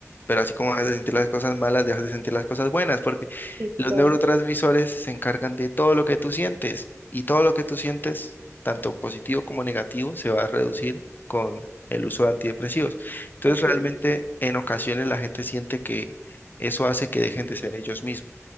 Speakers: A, on the left; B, on the right.
A: Pero así como dejas de sentir las cosas malas, dejas de sentir las cosas buenas, porque
B: Sí,
A: los
B: todo.
A: neurotransmisores se encargan de todo lo que tú sientes y todo lo que tú sientes, tanto positivo como negativo, se va a reducir con el uso de antidepresivos. Entonces,
B: Ok.
A: realmente en ocasiones la gente siente que eso hace que dejen de ser ellos mismos.